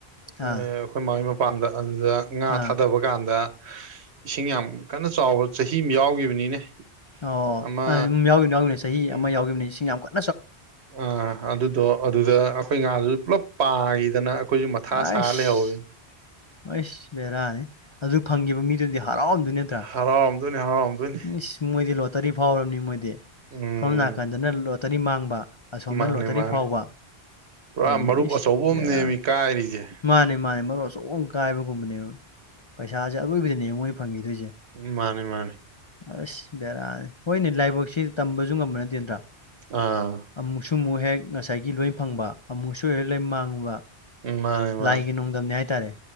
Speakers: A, on the left (about 40°); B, on the right (about 80°).
A: ꯑꯥ
B: ꯑꯩꯈꯣꯏ ꯃꯔꯒꯤ ꯃꯄꯥꯟꯗ ꯑꯗꯨꯗ ꯉꯥ
A: ꯑꯥ
B: ꯊꯥꯗꯕ ꯀꯥꯟꯗ ꯏꯁꯤꯡ ꯌꯥꯝ ꯀꯟꯅ ꯆꯥꯎꯕ ꯆꯍꯤ ꯑꯃ ꯌꯥꯎꯈꯤꯕꯅꯤꯅꯦ
A: ꯑꯣ
B: ꯑꯃ
A: ꯑꯗꯨꯝ ꯌꯥꯎꯈꯤꯕꯅꯤ ꯌꯥꯎꯈꯤꯕꯅꯤ ꯆꯍꯤ
B: ꯎꯝ
A: ꯑꯃ ꯌꯥꯎꯈꯤꯕꯅꯤ ꯏꯁꯤꯡ ꯌꯥꯝ ꯀꯟ
B: ꯑꯥ ꯑꯗꯨꯗꯣ ꯑꯗꯨꯗ ꯑꯩꯈꯣꯏ ꯉꯥꯗꯨꯁꯨ ꯄꯨꯂꯞ ꯄꯥꯈꯤꯗꯅ ꯑꯩꯈꯣꯏꯁꯨꯦ ꯃꯊꯥ
A: ꯑꯩꯁ
B: ꯁꯥ ꯂꯩꯍꯧꯋꯤ
A: ꯑꯩꯁ ꯕꯦꯔꯥꯅꯤ ꯑꯗꯨ ꯐꯪꯈꯤꯕ ꯃꯤꯗꯨꯗꯤ ꯍꯔꯥꯎꯔꯝꯗꯣꯏ ꯅꯠꯇ꯭ꯔꯥ
B: ꯍꯔꯥꯎꯔꯝꯗꯣꯏꯅꯤ ꯍꯔꯥꯎꯔꯝꯗꯣꯏꯅꯤ
A: ꯏꯁ ꯃꯣꯏꯗꯤ ꯂꯣꯇꯔꯤ ꯐꯥꯎꯔꯕꯅꯤ ꯃꯣꯏꯗꯤ
B: ꯎꯝ
A: ꯁꯣꯝ ꯅꯥꯀꯟꯗꯅ ꯂꯣꯇꯔꯤ ꯃꯥꯡꯕ ꯑꯁꯣꯝꯗꯅ
B: ꯃꯥꯅꯦ
A: ꯂꯣꯇꯔꯤ
B: ꯃꯥꯅꯦ
A: ꯐꯥꯎꯕ
B: ꯄꯨꯔꯥ
A: ꯎꯝ
B: ꯃꯔꯨꯞ
A: ꯑꯩꯁ
B: ꯑꯆꯧꯕ ꯑꯃꯅꯦꯃꯤ
A: ꯕꯦꯔꯥꯅꯤ
B: ꯀꯥꯏꯔꯤꯁꯦ
A: ꯃꯥꯅꯦ ꯃꯥꯅꯦ ꯃꯔꯨꯞ ꯑꯆꯧꯕ ꯑꯃ ꯀꯥꯏꯕꯒꯨꯝꯕꯅꯦꯕ ꯄꯩꯁꯥꯁꯦ ꯑꯔꯣꯏꯕꯤꯗꯅꯦ ꯃꯣꯏꯅ ꯐꯪꯈꯤꯗꯣꯏꯁꯦ
B: ꯃꯥꯅꯤ ꯃꯥꯅꯤ
A: ꯑꯁ ꯕꯦꯔꯥꯅꯤ ꯍꯣꯏꯅꯦ ꯂꯥꯏꯕꯛꯁꯤ ꯇꯝꯕꯁꯨ ꯉꯝꯕ ꯅꯠꯇꯦ ꯅꯠꯇꯔꯥ
B: ꯑꯥ
A: ꯑꯃꯨꯛꯁꯨ ꯑꯃꯨꯛ ꯍꯦꯛ ꯉꯁꯥꯏꯒꯤ ꯂꯣꯏ ꯐꯪꯕ ꯑꯃꯨꯛꯁꯨ ꯍꯦꯛ ꯂꫭꯏ ꯃꯥꯡꯕ
B: ꯃꯥꯅꯦ ꯃꯥꯅꯦ
A: ꯂꯥꯏꯒꯤ ꯅꯣꯡꯗꯝꯅꯦ ꯍꯥꯏꯇꯥꯔꯦ